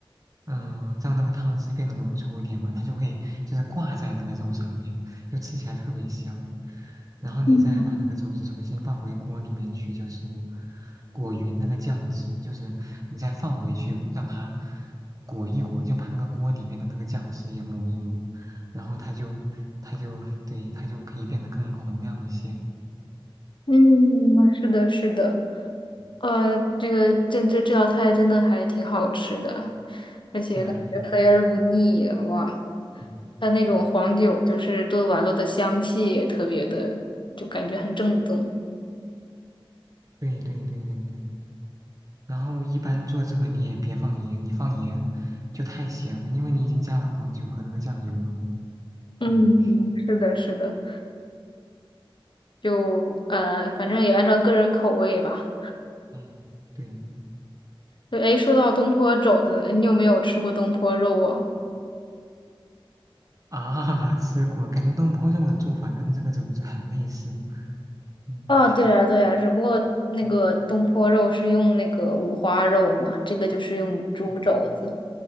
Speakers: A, on the right (about 40°); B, on the left (about 60°).
A: 嗯、呃让那个汤汁变得浓稠一点嘛，它就会就是挂在那个肉上面，就吃起来特别香。然后你再把那个肘子重新放回锅里面去，
B: 嗯，
A: 就是裹匀那个酱汁，就是你再放回去让它裹一裹，就把那个锅里面的那个酱汁也抹一抹。然后他就他就对他就可以变得更洪亮一些。
B: 嗯，是的，是的。
A: 嗯
B: 呃，这个这这这道菜真的还挺好吃的，而且感觉肥而不腻，
A: 对呀，对呀，
B: 哇！
A: 嗯，
B: 它那种黄酒就是炖完了的香气也特别的，就感觉很正宗。
A: 对对对对对。然后一般做这个你也别放盐，你放盐就太咸了，因为你已经加了黄酒和那个酱油了嘛。
B: 嗯嗯，
A: 嗯
B: 是的，是的，就呃，反正也按照个人口味吧。
A: 嗯，对
B: 对，哎，说到东坡肘子，你有没有吃过东坡肉啊？
A: 啊，<laughs> 吃过，感觉东坡肉的做法跟这个肘子很类似。嗯
B: 啊，对啊，对啊，只不过那个东坡肉是用那个五花肉嘛，
A: 嗯
B: 这个就是用猪肘子。
A: 嗯，